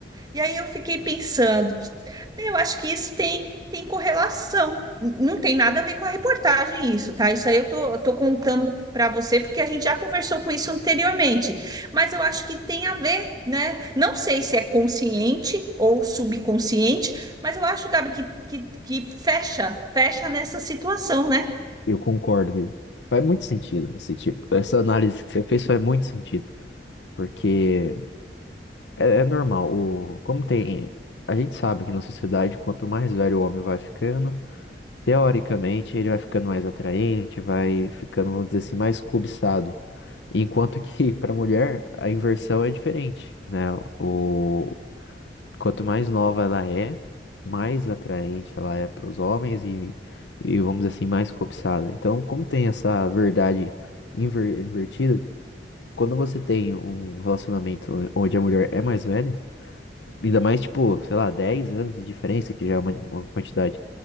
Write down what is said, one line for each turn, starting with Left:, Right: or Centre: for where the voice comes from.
Right: E aí eu fiquei pensando, eu acho que isso tem, tem correlação. Não tem nada a ver com a reportagem isso, tá? Isso aí eu tô, eu tô contando para você porque a gente já conversou com isso anteriormente. Mas eu acho que tem a ver, né? Não sei se é consciente ou subconsciente, mas eu acho, Gabi, que, que, que fecha, fecha nessa situação, né?
Left: Eu concordo, viu? Faz muito sentido esse tipo, essa análise que você fez faz muito sentido, porque é, é normal, o, como tem, a gente sabe que na sociedade, quanto mais velho o homem vai ficando, teoricamente ele vai ficando mais atraente, vai ficando, vamos dizer assim, mais cobiçado. Enquanto que <laughs> para mulher a inversão é diferente, né? O Quanto mais nova ela é, mais atraente ela é para os homens e, e, vamos dizer assim, mais cobiçada. Então, como tem essa verdade inver- invertida, quando você tem um relacionamento onde a mulher é mais velha, ainda mais, tipo, sei lá, 10 anos de diferença, que já é uma, uma quantidade